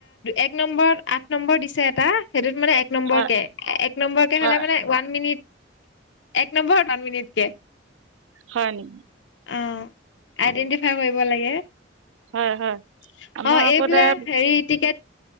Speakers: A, on the left (about 65°); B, on the right (about 75°).
A: এক নম্বৰত আঠ নম্বৰ দিছে এটা, সেইটোত মানে এক নম্বৰতে,
B: হয়
A: এক নম্বৰকে
B: হয়
A: হ'লে মানে ওৱান মিনিট, এক নম্বৰ ওৱান মিনিট কে।
B: হয় নেকি
A: অ', আইডেন্টিফাই কৰিব লাগে। অ'
B: হয় হয় আমাৰ আকৌ
A: এইবিলাক
B: তে
A: হেৰি টিকেট